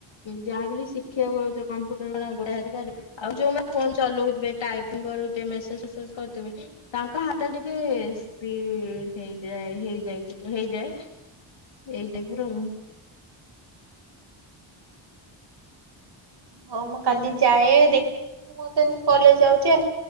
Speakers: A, on the left; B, on the right.
A: ଯାହା ବି ହେଲେ ଶିଖିବାକୁ ଆଉଛ କମ୍ପ୍ୟୁଟର କଣ ଆଉ ଗୋଡ଼ <unintelligible> ଆଉ ଯୋଉମାନେ ଫୋନ୍ ଚଲଉଥିବେ ଟାଇପିଙ୍ଗ କରୁଥିବେ ମେସେଜ ଫେସେଜ କରୁଥିବେ ତାଙ୍କ ହାତ ଟିକେ ସ୍ପିଡ଼୍ ହେଇଯାଏ ହେଇଯାଇ ଥିବା ହେଇଯାଏ। ଏଇ ଡ଼ିଗୁରୁ
B: ହଉ ମୁଁ କାଲି ଯାଏ ଦେଖ ମୁଁ ତ ଏମତି କଲେଜ ଯାଉଛେ